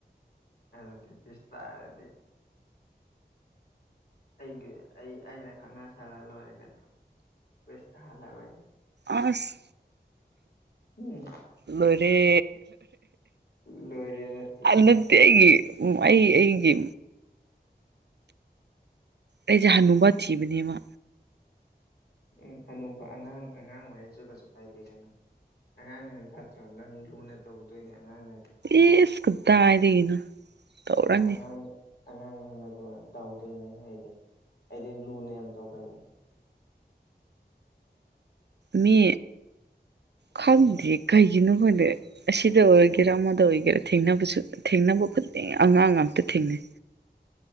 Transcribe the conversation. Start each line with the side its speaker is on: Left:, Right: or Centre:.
Left: ꯑꯗꯨꯗꯤ ꯄꯤꯁ ꯇꯥꯔꯗꯤ ꯑꯩꯒꯤ ꯑꯩ ꯑꯩꯅ ꯈꯪꯅꯥꯁꯜꯂꯂꯣꯏꯔꯦ ꯀꯩꯗꯧꯔꯒꯦ ꯄꯤꯁ ꯇꯥꯍꯜꯂꯔꯣꯏꯒꯦ
Right: ꯑꯁ
Left: ꯎꯝ
Right: ꯂꯣꯏꯔꯦ
Left: ꯂꯣꯏꯔꯦ ꯅꯠꯇꯦ
Right: ꯅꯠꯇꯦ ꯑꯩꯒꯤ ꯑꯩ ꯑꯩꯒꯤ ꯑꯩꯁꯦ ꯍꯥꯅꯨꯕ ꯊꯤꯕꯅꯦꯕ
Left: ꯑꯦ ꯍꯅꯨꯕ ꯑꯉꯥꯡ ꯑꯉꯥꯡ ꯑꯣꯏꯔꯁꯨ ꯀꯩꯁꯨ ꯀꯥꯏꯗꯦ ꯀꯩꯅꯣ ꯑꯉꯥꯡꯅ ꯍꯦꯟꯅ ꯐꯠꯇ꯭ꯔꯣ ꯅꯪ ꯂꯨꯅ ꯇꯧꯒꯗꯣꯏꯅꯦ ꯑꯉꯥꯡꯅ
Right: ꯏꯁ ꯀꯗꯥꯏꯗꯒꯤꯅꯣ ꯇꯧꯔꯅꯤ
Left: ꯑꯉꯥꯡ ꯑꯉꯥꯡ ꯑꯉꯥꯡꯅ ꯇꯧꯗꯣꯏꯅꯦ ꯑꯩꯗꯤ ꯑꯩꯗꯤ ꯂꯨꯅ ꯌꯥꯝ ꯇꯧꯒꯜꯂꯦ
Right: ꯃꯤ ꯈꯪꯗꯦ
Left: ꯎꯝꯍꯨꯝ
Right: ꯀꯩ ꯒꯤꯅꯣ ꯈꯪꯗꯦ ꯑꯁꯤꯗ ꯑꯣꯏꯒꯦꯔꯥ ꯑꯃꯗ ꯑꯣꯏꯒꯦꯔꯥ ꯊꯦꯡꯅꯕꯁꯨ ꯊꯦꯡꯅꯕ ꯈꯨꯗꯤꯡ ꯑꯉꯥꯡ ꯉꯛꯇ ꯊꯦꯡꯅꯩ